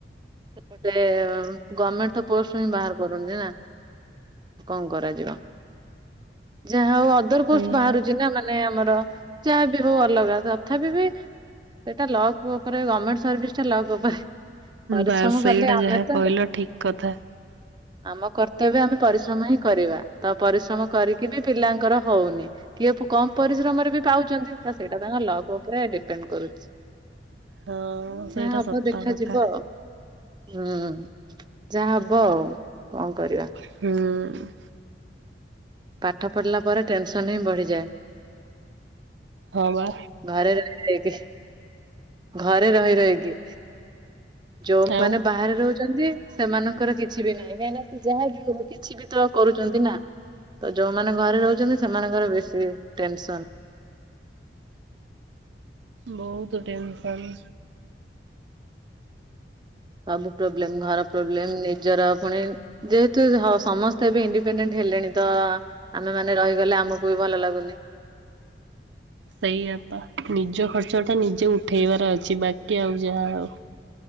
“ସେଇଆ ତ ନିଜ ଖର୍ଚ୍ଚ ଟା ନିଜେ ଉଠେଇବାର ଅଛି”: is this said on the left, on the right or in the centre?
Right